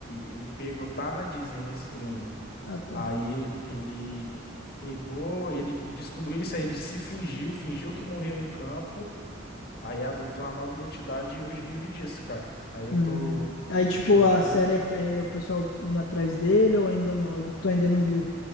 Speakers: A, on the left; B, on the left.
A: ele pegou, tá na Disney, no streaming.
B: Ah, tá.
A: Aí ele pegou, ele descobriu isso aí, ele se fingiu, fingiu que morreu em campo, aí adotou uma nova identidade e hoje vive disso, cara. Aí eu
B: Hum.
A: tô.
B: Aí, tipo,
A: Achei interessante.
B: a série é, é o pessoal indo atrás dele ou ainda não? Tu ainda não viu?